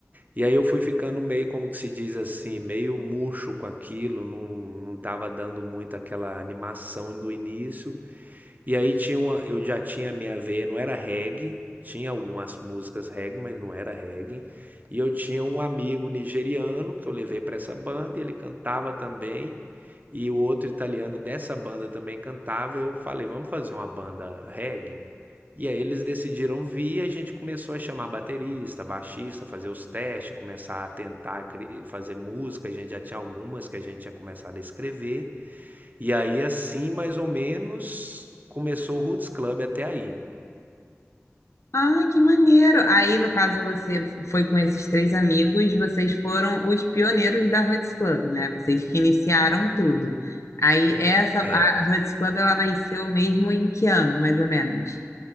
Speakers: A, on the right (about 35°); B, on the left (about 75°).
A: E aí eu fui ficando meio, como que se diz assim, meio murcho com aquilo, não, não tava dando muito aquela animação do início. E aí tinha uma, eu já tinha minha veia, não era reggae, tinha algumas músicas reggae, mas não era reggae. E eu tinha um amigo nigeriano que eu levei para essa banda, e ele cantava também. E o outro italiano dessa banda também cantava. Eu falei, vamos fazer uma banda reggae? E aí eles decidiram vir e a gente começou a chamar baterista, baixista, fazer os testes, começar a tentar fazer música. A gente já tinha algumas que a gente tinha começado a escrever. E aí, assim, mais ou menos, começou o Roots Club até aí.
B: Ah, que maneiro. Aí, no caso, você foi com esses três amigos, vocês foram os pioneiros da Huts Club, né? Vocês que iniciaram tudo. Aí, essa, a
A: É,
B: Huts Club, ela nasceu mesmo em que ano, mais ou menos?